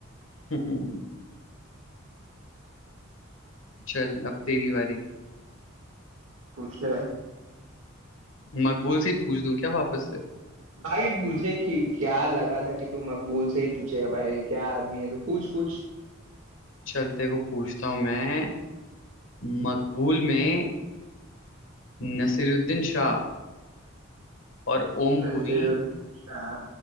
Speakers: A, on the left; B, on the right.
A: <laughs> हम्म, चल अब तेरी बारी
B: पूछ ले भाई
A: मकबूल से ही पूछ दूं क्या वापस से
B: भाई मुझे कि, क्या लगा था कि तू मकबूल से ही पूछेगा भाई क्या आदमी है तू पूछ पूछ
A: चल तेरे को पूछता हूँ मैं मकबूल में नसीरुद्दीन शाह और ओमपुरी
B: नसीरुद्दीन शाह